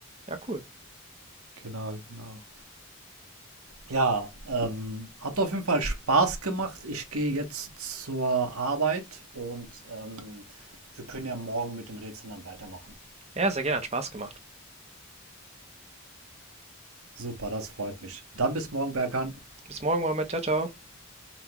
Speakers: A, on the right (about 30°); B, on the right (about 75°).
A: Ja, cool.
B: Genau, genau. Ja, ähm, hat auf jeden Fall Spaß gemacht. Ich gehe jetzt zur Arbeit und ähm, wir können ja morgen mit den Rätseln dann weitermachen.
A: Ja, sehr gerne. Hat Spaß gemacht.
B: Super, das freut mich. Dann bis morgen, Berkan.
A: Bis morgen, Mohammed. Ciao, ciao.